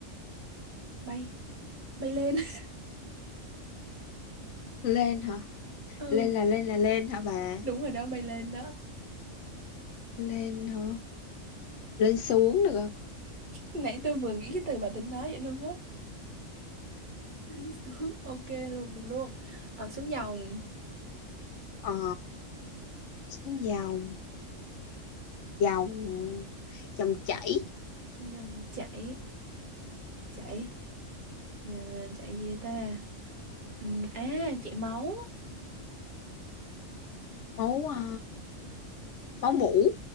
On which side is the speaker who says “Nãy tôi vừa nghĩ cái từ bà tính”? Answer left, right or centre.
Right